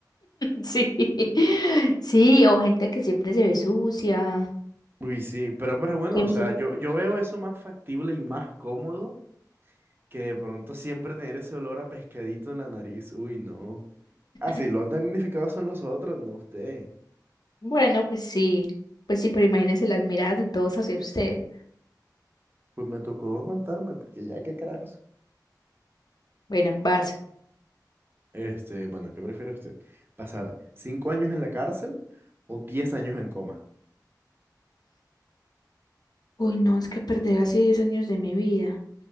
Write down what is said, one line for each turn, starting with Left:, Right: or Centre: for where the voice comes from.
Left: sí. Sí, o gente que siempre se ve sucia.
Right: Uy, sí, pero, pero bueno,
Left: que
Right: o sea,
Left: se-
Right: yo, yo veo eso más factible y más cómodo que de pronto siempre tener ese olor a pescadito en la nariz. Uy, no. Ah, sí,
Left: <laughs>
Right: los damnificados son los otros, no usted.
Left: Bueno, pues sí. Pues sí, pero imagínese las miradas de todos hacia usted.
Right: Pues me tocó aguantarme, porque ya qué carajos.
Left: Bueno, vas.
Right: Este, bueno, ¿qué prefiere usted? ¿Pasar cinco años en la cárcel o diez años en coma?
Left: Uy, no, es que perder así 10 años de mi vida.